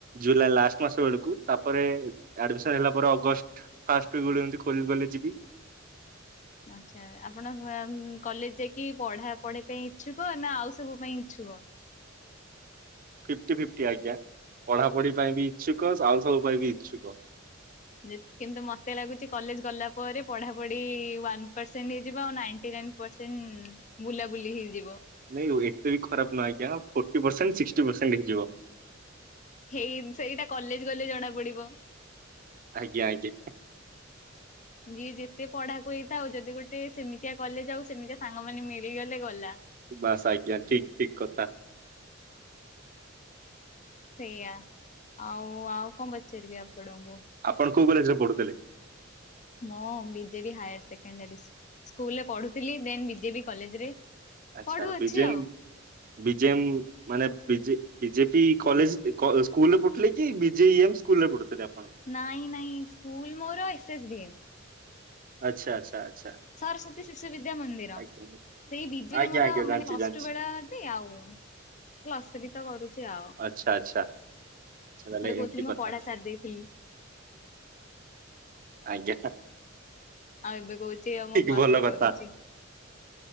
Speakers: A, on the right; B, on the left.
A: ଜୁଲାଇ ଲାଷ୍ଟ ମାସ ବେଳକୁ ତାପରେ ଆଡମିସନ ହେଲା ପରେ ଅଗଷ୍ଟ ଫାଷ୍ଟ ଉଇ କ୍ ବଳୁ ଏମିତି ଖୋଲି ଖୋଲି ଯିବି।
B: ଆଚ୍ଛା ଆପଣ କଲେଜ୍ ଯାଇକି ପଢା ପଢି ପାଇଁ ଇଚ୍ଛୁକ ନା ଆଉ ସବୁ ପାଇଁ ଇଚ୍ଛୁକ?
A: ଫିପ୍ଟି ଫିପ୍ଟି ଆଜ୍ଞା ପଢା ପଢି ପାଇଁ ବି ଇଛୁକ ଆଉ ସବୁ ପାଇଁ ବି ଇଚ୍ଛୁକ।
B: ଜି କିନ୍ତୁ ମତେ ଲାଗୁଛି କଲେଜ ଗଲା ପରେ ପଢାପଢି ୱାନ୍ ପରସେଣ୍ଟ ହେଇଯିବ ଆଉ ନାଇଣ୍ଟି ନାଇନ୍ ପରସେଣ୍ଟ ବୁଲାବୁଲି ହେଇଯିବ।।
A: ନାଇଁ ଏତେ ବି ଖରାପ୍ ନାହିଁ ଆଜ୍ଞା ଫୋର୍ଟି ପରସେଣ୍ଟ ସିକ୍ସଟି ପରସେଣ୍ଟ ହେଇଯିବ।
B: ହେଇନ ସେଇଟା କଲେଜ୍ ଗଲେ ଜଣା ପଡିବ।
A: ଆଜ୍ଞା ଆଜ୍ଞା।
B: ଯିଏ ଯେତେ ପଢାକୁ ହେଇଥାଉ ଯଦି ଗୋଟେ ସେମିତିଆ କଲେଜ ଆଉ ସେମିତିଆ ସାଙ୍ଗ ମାନେ ମିଳିଗଲେ ଗଲା।
A: ବାସ୍ ଆଜ୍ଞା ଠିକ୍ ଠିକ୍ କଥା।
B: ସେଇଆ ଆଉ ଆଉ କଣ ପଚାରିବି ଆପଣଙ୍କୁ?
A: ଆପଣ କୋଉ କଲେଜ୍ ରେ ପଢୁଥିଲେ?
B: ମୁଁ ବିଜେବି ହାଇଅର ସେକଣ୍ଡାରୀ ସ୍କୁ ସ୍କୁଲରେ ପଢୁଥିଲି ଦେନ ବିଜେଡି କଲେଜରେ
A: ଆଚ୍ଛା
B: ପଢୁଅଛି
A: ବିଜେ
B: ଆଉ।
A: ମ ବିଜେ ମ ମାନେ ବିଯେ ବିଜେପି କଲେଜ୍ କ ସ୍କୁଲରେ ପଢୁଥିଲେ କି ବିଜେ ଇ ଏମ୍ ସ୍କୁଲ ରେ ପଢୁଥିଲେ ଆପଣ?
B: ନାଇଁ ନାଇଁ ସ୍କୁଲ୍ ମୋର ଏସ୍ ଏସ ଭି ଏମ୍।
A: ଆଚ୍ଛା ଆଚ୍ଛା ଆଚ୍ଛା।
B: ସରସ୍ଵତୀ ଶିଶୁବଦ୍ୟା ମନ୍ଦିର।
A: ଆଜ୍ଞା
B: ସେଇ ବିଜିରେ
A: ଆଜ୍ଞା
B: ମୋର
A: ଆଜ୍ଞା
B: ମାନେ
A: ଜାଣିଛି
B: ଅଷ୍ଟୁ
A: ଜାଣିଛି
B: ବେଳା ବି ଆଉ କ୍ଲସ ବି ତ କରୁଛି ଆଉ।
A: ଆଚ୍ଛା ଆଚ୍ଛା। ଆଚ୍ଛା ତାହେଲେ
B: ମୋରେ
A: ଏମିତି
B: କହୁଥିଲି ମୁଁ
A: କଥା
B: ପଢା ସାରି ଦେଇଥିଲି।
A: ଆଜ୍ଞା।
B: ଆଉ ଏବେ କହୁଛି ଆଉ
A: ଠିକ୍
B: ମୁଁ ପ୍ଲସଥ୍ରୀ
A: ଭଲ କଥା
B: କରୁଛି।